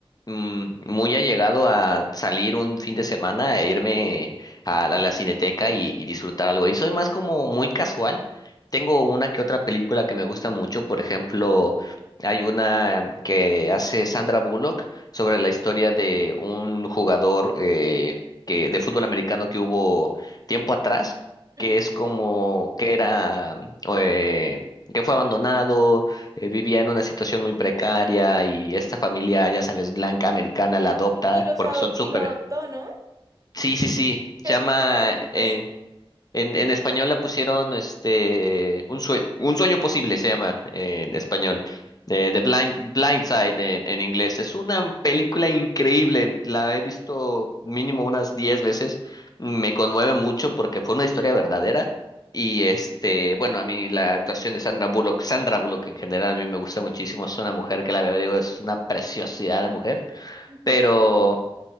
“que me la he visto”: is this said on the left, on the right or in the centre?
Right